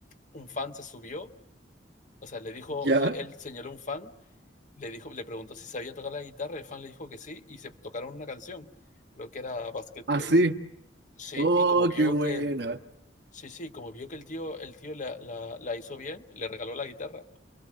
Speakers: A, on the left; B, on the right.
A: un fan, se subió, o sea, le dijo,
B: Ya,
A: él señaló un fan le, dijo, le preguntó si sabía tocar la guitarra, el fan le dijo que sí, y se tocaron una canción, creo que era Basket
B: así.
A: Case. Sí,
B: Oh,
A: y como vio
B: qué buena.
A: que el, sí, sí, como vio que el tío, el tío la, la, la hizo bien, le regaló la guitarra.